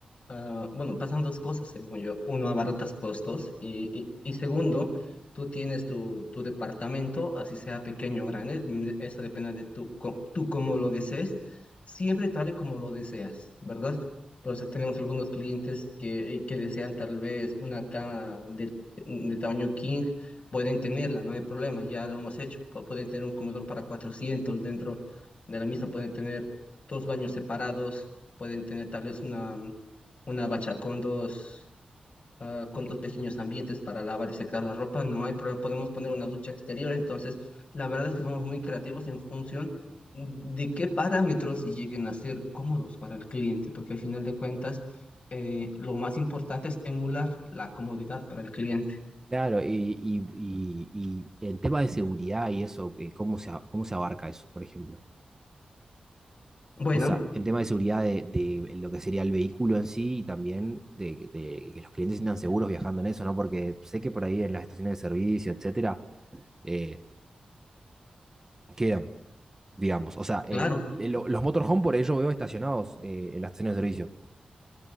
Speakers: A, on the left; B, on the right.
A: ah, bueno, pasan dos cosas, según yo. Uno, abaratas costos y, y, y segundo, tú tienes tu, tu departamento, así sea pequeño o grande, mm, eso depende de tú, co- tú cómo lo desees, siempre tal y como lo deseas, ¿verdad? Entonces tenemos algunos clientes que, eh, que desean tal vez una cama de, de tamaño king, pueden tenerla, no hay problema, ya lo hemos hecho. Pu- Pueden tener un comedor para 400 dentro de la misma, pueden tener dos baños separados, pueden tener tal vez una, una bacha con dos, ah, con dos pequeños ambientes para lavar y secar la ropa, no hay problema, podemos poner una ducha exterior, entonces la verdad es que somos muy creativos en función de qué parámetros lleguen a ser cómodos para el cliente, porque al final de cuentas eh, lo más importante es emular la comodidad para el cliente.
B: Claro, y, y, y, y en temas de seguridad y eso, eh, ¿cómo se, a- cómo se abarca eso, por ejemplo?
A: Bueno,
B: O sea, el tema de seguridad de, de lo que sería el vehículo en sí y también de, de que los clientes se sientan seguros viajando en eso, ¿no? Porque sé que por ahí en las estaciones de servicio, etcétera, eh, quedan, digamos. O sea, eh,
A: claro.
B: lo- los motorhome por ello veo estacionados eh, en las estaciones de servicio.